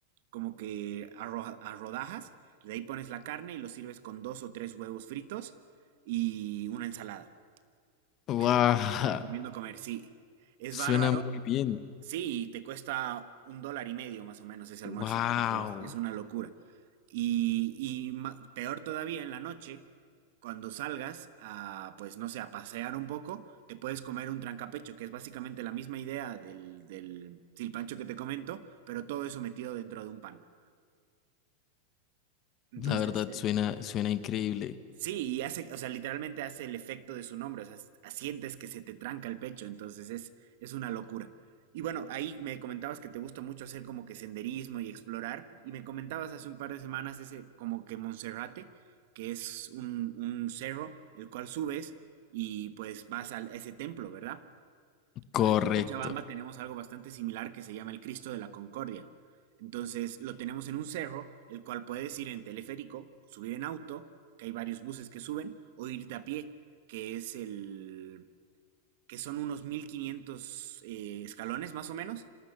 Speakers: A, on the right; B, on the left.
A: como que a, ro- a rodajas. De ahí pones la carne y lo sirves con dos o tres huevos fritos y una ensalada.
B: Wow.
A: Eso te te recomiendo
B: <laughs>
A: comer, sí. Es
B: Suena
A: bárbaro.
B: muy bien.
A: Sí, y te cuesta un dólar y medio más o menos ese
B: Wow.
A: almuerzo, entonces es una locura. Y, y ma- peor todavía en la noche, cuando salgas a, pues no sé, a pasear un poco, te puedes comer un trancapecho, que es básicamente la misma idea del, del silpancho que te comento, pero todo eso metido dentro de un pan. Entonces,
B: La verdad, suena, suena increíble.
A: Sí, y hace, o sea, literalmente hace el efecto de su nombre, o sea, es- sientes que se te tranca el pecho, entonces es, es una locura. Y bueno, ahí me comentabas que te gusta mucho hacer como que senderismo y explorar, y me comentabas hace un par de semanas ese como que Monserrate, que es un, un cerro el cual subes y pues vas a ese templo, ¿verdad?
B: Correcto.
A: Pues aquí en Cochabamba tenemos algo bastante similar que se llama el Cristo de la Concordia. Entonces lo tenemos en un cerro, el cual puedes ir en teleférico, subir en auto, que hay varios buses que suben, o irte a pie, que es el, que son unos 1500 eh, escalones más o menos